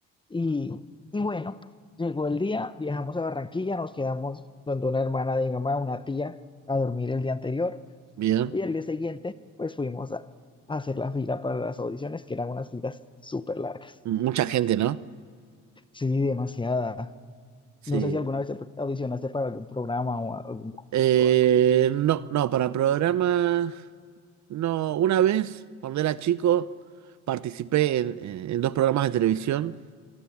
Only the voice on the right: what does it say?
bien.
Mucha gente, ¿no?
Sí.
Eh,
no, no, para programas, no. Una vez, cuando era chico, participé en en- en dos programas de televisión.